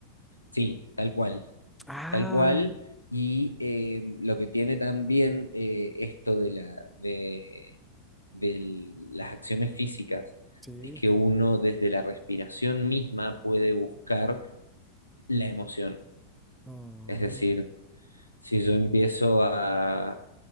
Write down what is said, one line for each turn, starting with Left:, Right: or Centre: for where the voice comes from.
Left: Sí, tal cual,
Centre: Ah,
Left: tal cual. Y eh, lo que tiene también eh, esto de, la, de, de las acciones físicas
Centre: Sí.
Left: es que uno desde la respiración misma puede buscar la emoción.
Centre: Oh,
Left: Es decir, si yo empiezo a